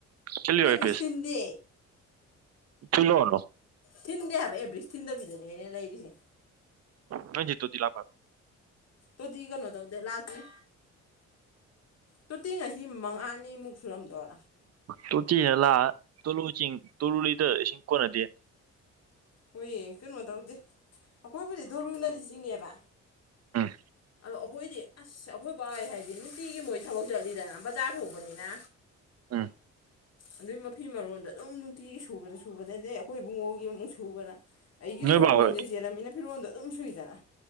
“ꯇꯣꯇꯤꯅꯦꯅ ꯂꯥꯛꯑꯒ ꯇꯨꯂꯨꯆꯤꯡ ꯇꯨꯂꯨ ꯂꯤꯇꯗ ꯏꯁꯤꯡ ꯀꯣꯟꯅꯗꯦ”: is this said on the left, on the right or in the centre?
Right